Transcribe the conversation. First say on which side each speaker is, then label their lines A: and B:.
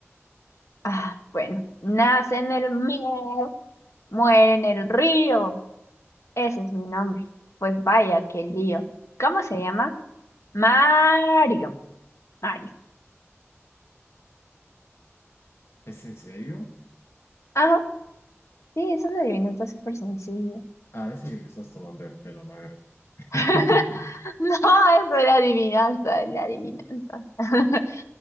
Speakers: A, on the left (about 75°); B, on the left (about 60°).
A: ah, bueno. Nace en el mar, muere en el río. Ese es mi nombre. Pues vaya, qué lío. ¿Cómo se llama? Mario. Mario.
B: ¿Es en serio?
A: Ajá. Sí, es una adivinanza súper sencilla.
B: Ahora sí que me estás tomando el pelo, la verdad. <laughs>
A: <laughs> No, eso era adivinanza, es la adivinanza. <laughs>